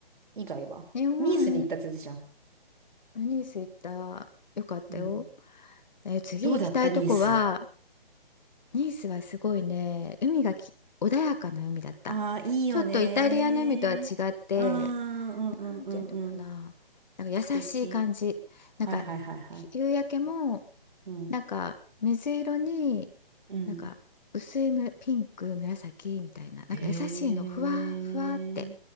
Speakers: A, on the right (about 55°); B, on the left (about 50°).
A: 以外はニースに行ったって言ってたじゃん。
B: 日本、ニース行った。よかったよ。
A: うん。
B: えー次行きたいとこは、
A: どうだったニース。
B: ニースはすごいね、海がき、穏やかな海だった。
A: ああ、いいよねー。
B: ちょっとイタリアの海とは違って、
A: うん、うん、うん、
B: なんていうのかな、
A: うんうん。
B: なんか優しい感じ。
A: 素敵。
B: なんかひ夕焼けも
A: はいはいはいはい。うん、
B: なんか水色に
A: うん。
B: なんか薄いむピンク紫みたいな、なんか優しいのふわふわって。
A: へえ。